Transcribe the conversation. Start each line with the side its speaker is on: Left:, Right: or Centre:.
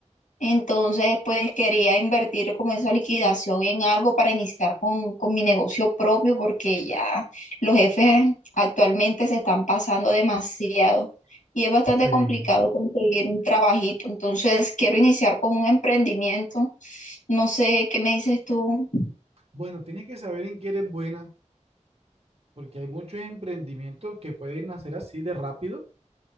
Left: Entonces, pues quería invertir con esa liquidación en algo para iniciar con, con mi negocio propio, porque ya los jefes actualmente se están pasando demasiado y es bastante
Right: Sí,
Left: complicado conseguir un trabajito. Entonces, quiero iniciar con un emprendimiento. No sé, ¿qué me dices tú?
Right: Bueno, tienes que saber en qué eres buena, porque hay muchos emprendimientos que pueden nacer así de rápido,